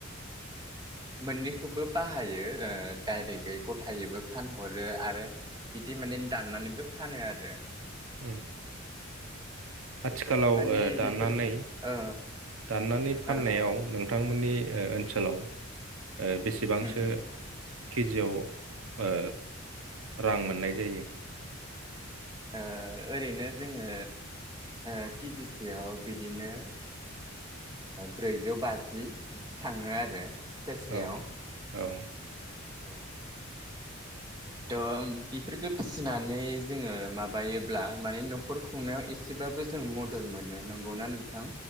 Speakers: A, on the right; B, on the right.
A: मोननैखौबो बाहायो ओ। डायरेक्टयै गथायैबो फानहरो आरो बिदि माने दाननानैबो फानो आरो
B: उम
A: उम
B: आथिखालाव
A: माने
B: दाननानै
A: बेफोर ओ
B: दाननानै फाननायाव
A: औ औ
B: नोंथांमोननि ओनसोलाव ओ बेसेबांसो
A: उम उम
B: केजियाव ओ रां मोननाय जायो
A: ओ ओरैनो जोङो ओ केजिसेयाव बिदिनो ब्रैजौ ओ ओ बाजि बिदि थाङो आरो सेरसेयाव
B: औ औ
A: औ थ बेफोरखौ फिसिनानै जोङो माबायोब्ला माने नखर खुंनायाव एसेबाबो जों मदद मोनो नंगौना नोंथां